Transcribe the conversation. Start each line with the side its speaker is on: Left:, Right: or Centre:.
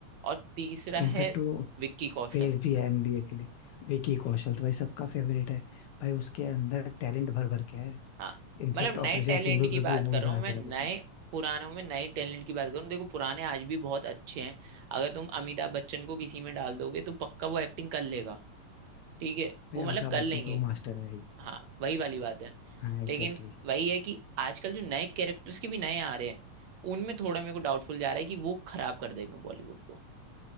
Right: और तीसरा
Left: इनफैक्ट
Right: है
Left: वो
Right: विक्की कौशल
Left: फेस भी है एनबीए के लिए विकी कौशल तो भाई सबका फेवरेट है भाई उसके अंदर टैलेंट भर भर के है
Right: हाँ
Left: इनफैक्ट
Right: मतलब
Left: ऑपरेशन
Right: नए टैलेंट
Left: सिंदूर
Right: की
Left: में
Right: बात
Left: भी वो
Right: कर
Left: मूवी
Right: रहा
Left: बना
Right: हूँ मैं
Left: देगा
Right: नए
Left: देखना
Right: पुरानों में नए टैलेंट की बात करूँ देखो पुराने आज भी बहुत अच्छे हैं अगर तुम अमिताभ बच्चन को किसी में डाल दोगे तो पक्का वो एक्टिंग कर लेगा ठीक है
Left: भाई
Right: वो
Left: अमिताभ
Right: मतलब कर
Left: बच्चन
Right: लेंगे
Left: तो वो मास्टर है ही
Right: हाँ वही वाली बात है
Left: हाँ एग्जैक्टली
Right: लेकिन
Left: exactly.
Right: वही है कि आजकल जो नए कैरेक्टर्स के भी नए आ रहे हैं उनमें थोड़ा मेरे को डाउटफुल जा रहा है कि वो खराब कर देंगे बॉलीवुड को